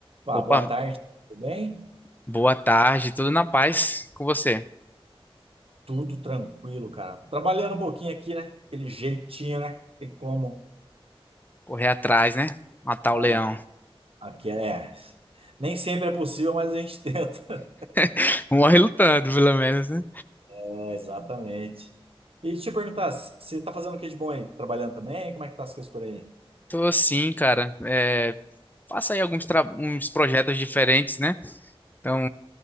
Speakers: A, on the right; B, on the left.
A: Ah,
B: Opa,
A: boa tarde, tudo bem?
B: boa tarde, tudo na paz com você?
A: Tudo tranquilo, cara. Trabalhando um pouquinho aqui, né? Aquele jeitinho, né? Tem como.
B: Correr atrás, né? Matar
A: Tá.
B: o leão.
A: Aqui é. Nem sempre é possível, mas a gente <laughs> tenta.
B: <laughs> Morre lutando, pelo menos, né?
A: É, exatamente. E deixa eu perguntar, c- você tá fazendo o que de bom aí? Trabalhando também? Como é que tá as coisas por aí?
B: Tô sim, cara. É, faço aí alguns tra- uns projetos diferentes, né? Então,